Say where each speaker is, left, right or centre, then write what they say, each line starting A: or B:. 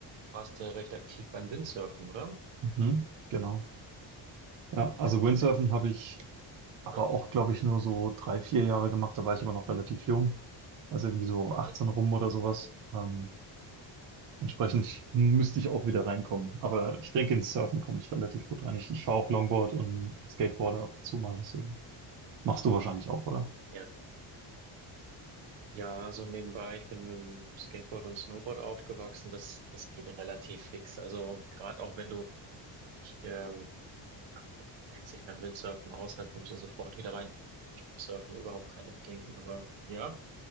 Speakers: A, on the right (about 75°); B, on the right (about 50°).
A: warst du recht aktiv beim Windsurfen, oder?
B: Mhm, genau. Ja, also
A: Kann
B: Windsurfen
A: man denn?
B: habe ich aber
A: Ja,
B: auch, glaube ich, nur so drei, vier Jahre gemacht. Da war ich aber noch relativ jung. Also irgendwie so
A: mhm.
B: 18 rum oder sowas. Ähm, entsprechend müsste ich auch wieder reinkommen. Aber ich denke, ins Surfen komme ich relativ gut rein. Ich, ich fahre auch Longboard und Skateboarder ab und zu mal, deswegen. Machst du wahrscheinlich auch, oder?
A: Ja, klar. Ja, also nebenbei, ich bin mit dem Skateboard und Snowboard aufgewachsen. Das, das geht relativ fix. Also gerade auch wenn du dich, ähm, ja, du, du kennst dich beim Windsurfen aus, da kommst du sofort wieder rein. Da habe ich beim Surfen überhaupt keine Bedenken. Aber ja,